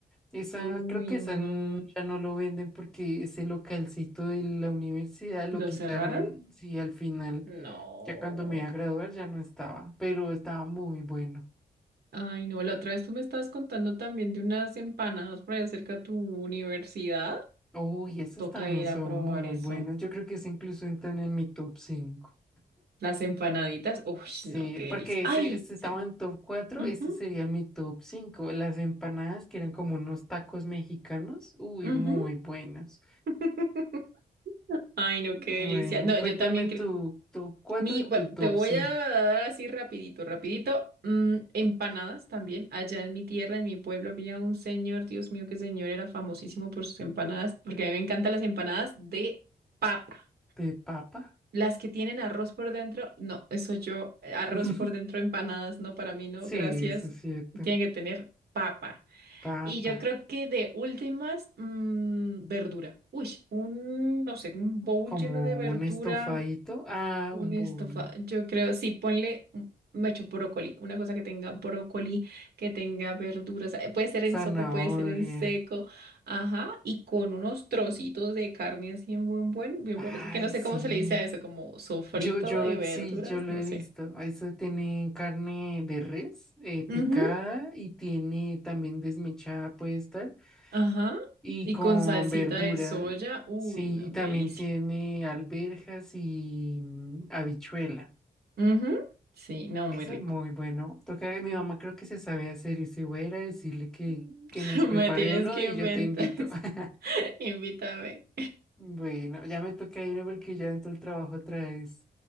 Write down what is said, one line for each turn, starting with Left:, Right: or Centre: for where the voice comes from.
Centre: Esa,
Right: Uy,
Centre: creo que esa
Right: no.
Centre: n- ya no lo venden porque ese localcito de la universidad lo
Right: ¿Lo
Centre: quitaron,
Right: cerraron?
Centre: sí, al final,
Right: No.
Centre: ya cuando me iba a graduar ya no estaba, pero estaba muy bueno.
Right: Ay, no. La otra vez tú me estabas contando también de unas empanadas por allá cerca de tu universidad.
Centre: Uy, esas
Right: Toca
Centre: también
Right: ir
Centre: son
Right: a probar
Centre: muy
Right: eso.
Centre: buenas. Yo creo que esas incluso entran en mi top 5.
Right: Las empanaditas, uff,
Centre: Sí,
Right: no, qué delicia.
Centre: porque
Right: ¡Ay!
Centre: ese, ese
Right: Sí.
Centre: estaba en top cuatro,
Right: Ujú,
Centre: este sería mi top 5. Las empanadas que eran como unos tacos mexicanos, uy,
Right: ujú.
Centre: muy buenos.
Right: <laughs> Ay, no,
Centre: Bueno,
Right: qué delicia. No,
Centre: cuéntame
Right: yo también creo.
Centre: tu top cuatro
Right: Mi,
Centre: y
Right: bueno,
Centre: tu top
Right: te voy
Centre: cinco
Right: a dar así rapidito, rapidito. Mm, empanadas también. Allá en mi tierra, en mi pueblo, había un señor, Dios mío, qué señor, era famosísimo por sus empanadas, porque a mí me encantan las empanadas de papa.
Centre: de papa.
Right: Las que tienen arroz por dentro, no, eso yo, eh, arroz
Centre: <laughs>
Right: por dentro, empanadas, no, para mí no,
Centre: Sí,
Right: gracias.
Centre: eso es cierto.
Right: Tienen que tener papa.
Centre: Papa,
Right: Y yo creo que de últimas, mm, verdura. Uy, un, no sé, un bowl
Centre: como
Right: lleno de verdura,
Centre: un estofadito, ah,
Right: un
Centre: un
Right: estofa.
Centre: bowl,
Right: Yo creo, sí, ponle, un- me echo brócoli, una cosa que tenga brócoli, que tenga verduras. eh, Puede ser en
Centre: zanahoria.
Right: sopa, puede ser en seco. Ajá, y con unos trocitos de carne así en buen, buen, bien
Centre: Ay,
Right: buenos. Que no sé
Centre: sí.
Right: cómo se le dice a eso, como sofrito
Centre: Yo, yo,
Right: de verduras,
Centre: sí, yo lo
Right: no
Centre: he
Right: sé.
Centre: visto. Eso tiene carne de res eh, picada
Right: Ujú,
Centre: y tiene también desmechada, puede estar,
Right: Ajá,
Centre: y
Right: y
Centre: con
Right: con salsita
Centre: verdura.
Right: de soya. Uy,
Centre: Sí,
Right: no,
Centre: y
Right: delicia.
Centre: también tiene alberjas y mm, habichuela.
Right: Ujú. Sí, no,
Centre: Eso
Right: muy rico.
Centre: es muy bueno. Toca, mi mamá creo que se sabe hacer y si voy a ir a decirle que,
Right: Mm.
Centre: que nos
Right: <laughs>
Centre: prepare
Right: Me tienes
Centre: uno
Right: que
Centre: y
Right: inventar.
Centre: yo te invito.
Right: <laughs>
Centre: <laughs>
Right: Invítame.
Centre: Bueno, ya me toca ir porque ya entró el trabajo otra vez.